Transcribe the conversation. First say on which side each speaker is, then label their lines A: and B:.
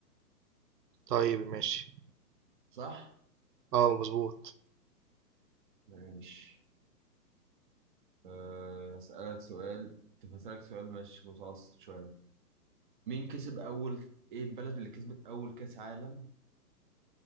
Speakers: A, on the right; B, on the right.
A: طيب ماشي،
B: صح؟
A: آه مضبوط،
B: ماشي آه هسألك سؤال طب هسألك سؤال مش متوسط شوية مين كسب أول إيه البلد اللي كسبت أول كأس عالم